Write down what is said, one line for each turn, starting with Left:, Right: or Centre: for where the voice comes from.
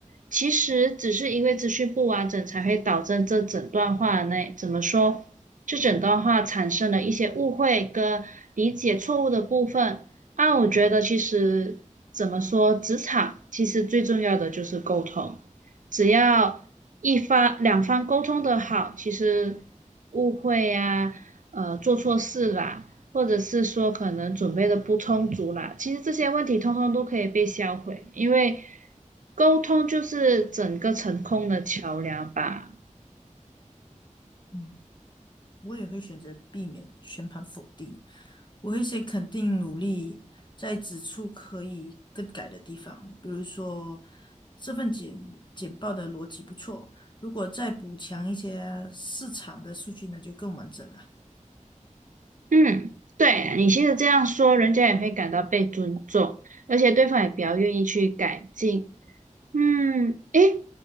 Right: 其实只是因为资讯不完整，才会导致这整段话内怎么说，这整段话产生了一些误会跟理解错误的部分。啊，我觉得其实怎么说，职场其实最重要的就是沟通。只要一方两方沟通的好，其实误会啊，呃，做错事啦，或者是说可能准备的不充足啦，其实这些问题通通都可以被销毁，因为沟通就是整个成功的桥梁吧。
Left: 嗯，我也会选择避免全盘否定。我会先肯定努力，在指出可以更改的地方，比如说这份简简报的逻辑不错，如果再补强一些市场的数据那就更完整了。
Right: 嗯，对，你其实这样说，人家也会感到被尊重，而且对方也比较愿意去改进。嗯，诶，